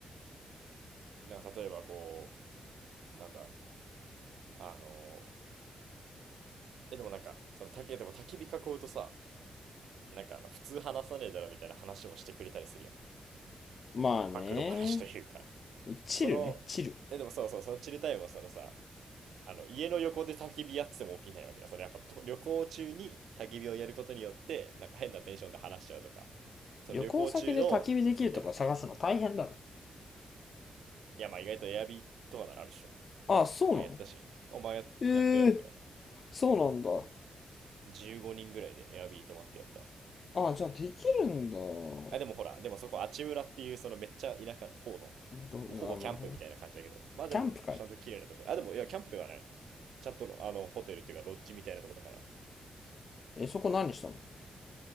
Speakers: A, on the right (about 80°); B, on the left (about 55°).
A: なんか例えばこう、なんだ、あの、え、でもなんか、その、たき、でも焚き火囲うとさ、なんかあの、普通話さねえだろみたいな話もしてくれたりするやん。
B: まあね。
A: 暴露話というか。
B: チルね、
A: その、
B: チル。
A: え、でもそうそう、そのチルタイムはそのさ、あの、家の横で焚き火やってても起きないわけよ。そのやっぱと旅行中に焚き火をやることによって、なんか変なテンションで話しちゃうとか、その旅行中の、
B: 旅行先で焚き火できるとか探すの大変だろ。
A: みたいな。いや、まあ意外とエアビーとかならあるでしょ。
B: ああ、そうなの
A: まあやったし。お前や、
B: ええー
A: やったよ、俺は。
B: そうなんだ。
A: 15人ぐらいでエアビー泊まってやった。
B: ああ、じゃあできるんだ。ど、
A: あ、でもほら、でもそこ、あちうらっていう、そのめっちゃ田舎の方の、
B: あの、
A: もうほぼキャンプみたいな感じだけど、まあでも、
B: キャンプ会。
A: ちゃんと綺麗なとこ。あ、でも、いや、キャンプではない。ちゃんと、あの、ホテルっていうか、ロッジみたいなとこだから。
B: え、そこ何したの